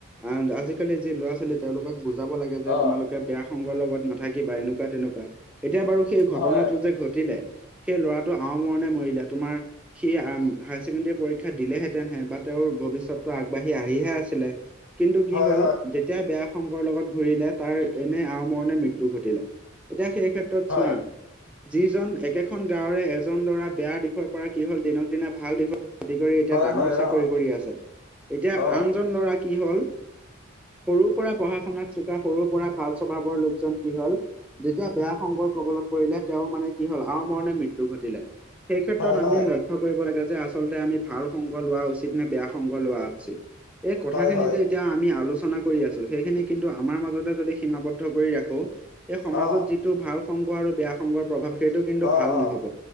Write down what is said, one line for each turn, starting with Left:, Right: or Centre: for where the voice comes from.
Centre: অ আজিকালি যি ল'ৰা ছোৱালী তেওঁলোকক বুজাব লাগে যে
Left: অ
Centre: তোমালোকে বেয়া সংগৰ লগত নাথাকিবা এনেকোৱা তেনেকোৱা এতিয়া বাৰু সেই ঘটনাটো
Left: হয়
Centre: যে ঘটিলে সেই ল'ৰাটো আও মৰণে মৰিলে তোমাৰ সি হায়াৰ ছেকেণ্ডাৰী পৰীক্ষা দিলেহেতেনহে বা তেওঁৰ ভৱিষ্যতটো আগবাঢ়ি আহিহে আছিলে কিন্তু কি
Left: হয়
Centre: হ'ল যে যেতিয়া বেয়া সংগৰ লগত ঘূৰিলে তাৰ এনে আমৰণে মৃত্যু ঘটিলে এতিয়া সেই ক্ষেত্ৰ ত
Left: হয়
Centre: চোৱা যিজন একেখন গাঁৱৰে এজন ল'ৰা বেয়া দিশত পৰা কি হ'ল দিনক দিনে ভাল দিশত খেতি কৰি এতিয়া
Left: হয়
Centre: ডাঙৰ
Left: হয় হয়
Centre: চাকৰি
Left: অ
Centre: কৰি আছে এতিয়া
Left: অ
Centre: আনজন ল'ৰা কি হল সৰুৰ পৰা পঢ়া শুনাত চোকা সৰুৰ পৰা ভাল স্বভাৱৰ লোকজন কি হল যেতিয়া বেয়া সংগৰ কবলত পৰিলে তেওঁ মানে কি হল আমৰণে মৃত্যু ঘটিলে সেই
Left: হয়
Centre: ক্ষেত্ৰত
Left: হয়
Centre: আমি লক্ষ্য কৰিব লাগে যে আচলতে আমি ভাল সংগ লোৱা উচিত নে বেয়া সংগ লোৱা উচিত এই কথাখিনি
Left: হয় হয়
Centre: যে এতিয়া আমি আলোচনা কৰি আছো সেইখিনি কিন্তু আমাৰ মাজত মাজতে যদি সীমাবদ্ধ কৰি ৰাখো এই সমাজত
Left: অ
Centre: যিটো ভাল সংগ আৰু বেয়া সংগৰ প্ৰভাৱ সেইটো কিন্তু
Left: অ
Centre: ভাল
Left: অ
Centre: নহব